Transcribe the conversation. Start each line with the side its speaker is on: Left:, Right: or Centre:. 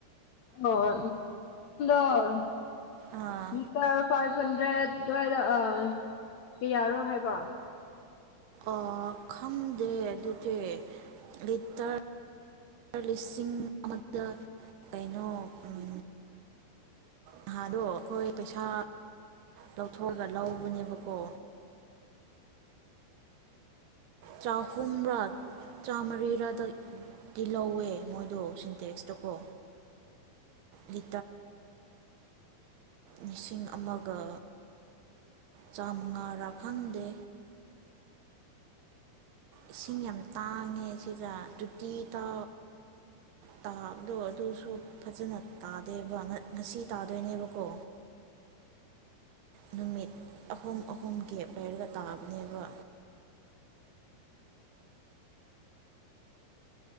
Left: ꯑꯥ ꯑꯥ <unintelligible>
Right: ꯑꯥ
Left: ꯂꯤꯇꯔ ꯐꯥꯏꯐ ꯍꯟꯗ꯭ꯔꯦꯠ ꯑꯗꯨꯋꯥꯏꯗ ꯑꯥ ꯀꯌꯥꯔꯣ ꯍꯥꯏꯕ
Right: ꯑꯥ ꯈꯪꯗꯦ ꯑꯗꯨꯗꯤ ꯂꯤꯇꯔ ꯂꯤꯁꯤꯡ ꯑꯃꯗ ꯀꯩꯅꯣ ꯎꯝ ꯅꯍꯥꯟꯗꯣ ꯑꯩꯈꯣꯏ ꯄꯩꯁꯥ ꯂꯧꯊꯣꯛꯑꯒ ꯂꯧꯕꯅꯦꯕꯀꯣ ꯆꯍꯨꯝꯔ ꯆꯥꯝꯃꯔꯤꯔꯗ ꯇꯤꯜꯍꯧꯋꯦ ꯃꯣꯏꯗꯣ ꯁꯤꯟꯇꯦꯛꯁꯇꯀꯣ ꯂꯤ ꯂꯤꯁꯤꯡ ꯑꯃꯒ ꯆꯥꯝꯃꯉꯥꯔꯥ ꯈꯪꯗꯦ ꯏꯁꯤꯡ ꯌꯥꯝ ꯇꯥꯡꯉꯦ ꯁꯤꯗ ꯇꯣꯇꯤꯗꯣ ꯇꯥꯕꯗꯣ ꯑꯗꯨꯁꯨ ꯐꯖꯅ ꯇꯥꯗꯦꯕ ꯉꯁꯤ ꯇꯥꯗꯣꯏꯅꯦꯕꯀꯣ
Left: <inaudible>
Right: ꯅꯨꯃꯤꯠ ꯑꯍꯨꯝ ꯑꯍꯨꯝ ꯒꯦꯞ ꯂꯩꯔꯒ ꯇꯥꯕꯅꯦꯕ
Left: <inaudible>